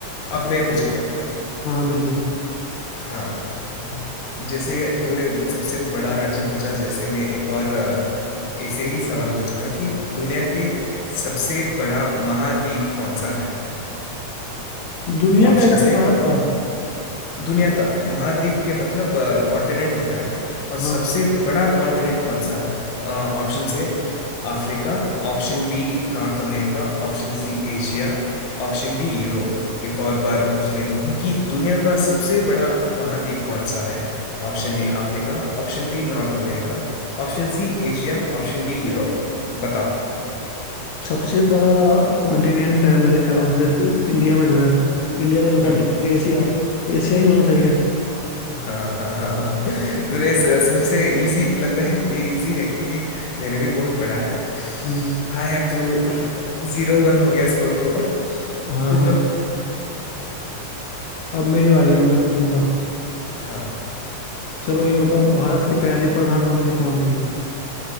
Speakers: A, on the left; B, on the left.
A: अब मैं पूछूंगा
B: हाँ हाँ बिल्कुल
A: हाँ जैसे तूने सबसे बड़ा राज्य पूछा जैसे मैं एक और अ, ऐसे ही सवाल पूछूंगा कि दुनिया के सबसे बड़ा महाद्वीप कौन सा है
B: दुनिया
A: ऑप्शन
B: का या फिर
A: है
B: भारत का
A: दुनिया का महाद्वीप के मतलब कॉन्टिनेंट्स होता है और सबसे
B: हाँ हाँ।
A: बड़ा कॉन्टिनेंट कौन सा है ऑप्शन से Africa Option B North America Option C Asia Option D Europe एक और बार पूछ लेता हूँ कि दुनिया का सबसे बड़ा महाद्वीप कौन सा है Option A Africa Option B North America Option C Asia Option D Europe बताओ
B: सबसे बड़ा कॉन्टिनेंट है मेरे ख्याल से तो इंडिया में जो है इंडिया का जो कॉन्टिनेंट
A: हम्म।
B: है एशिया एशिया ही होना चाहिए
A: हाँ हाँ हाँ हाँ तूने स- सबसे इजी लगता है ये इजी है क्योंकि मैंने भी बहुत पढ़ा है
B: हम्म
A: हाँ यार तू जीरो वन हो गया स्कोर तो
B: हाँ
A: पूछ
B: हाँ
A: लो
B: अब मेरी बारी है मैं पूछूंगा
A: हाँ
B: चलो ये बताओ भारत की पहली प्रधानमंत्री कौन थी